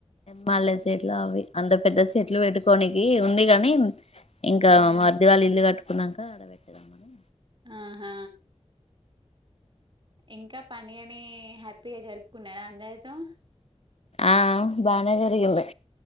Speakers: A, on the left; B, on the right.
A: మల్లె చెట్లు అవి, అంత పెద్ద చెట్లు పెట్టుకోనికి ఉంది గాని, ఇంకా
B: మ్మ్
A: మా మరిది వాళ్ళు ఇల్లు కట్టు తిన్నాంక ఆడవెట్టేదా మనం
B: ఆహా ఇంకా పండగని హ్యాపీగా జరుపుకున్నారా అందరితో
A: ఆ బానే జరిగింది